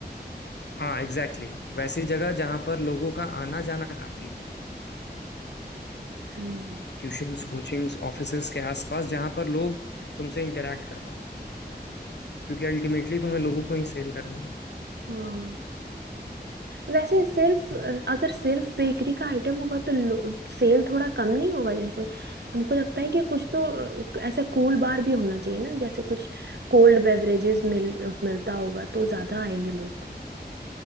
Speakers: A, on the left; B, on the right.
A: हाँ एग्जैक्टली exactly. वैसी जगह जहां पर लोगों का आना जाना काफी हो
B: हम्म
A: ट्यूशंस कोचिंग्स ऑफिसेज के आसपास जहां पर लोग तुमसे इंटरेक्ट कर पाए क्योंकि अल्टीमेटली तुम्हें लोगों को ही सेल करनी है
B: हाँ वैसे सिर्फ अ,
A: हम्म
B: अगर सिर्फ बेकरी का आइटम होगा तो सेल थोड़ा कम नहीं होगा जैसे हमको लगता है कि कुछ तो अ, ऐसा कूल बार भी होना चाहिए ना जैसे कुछ कोल्ड बेवरेजेस मिल मिलता होगा तो ज्यादा आएंगे लोग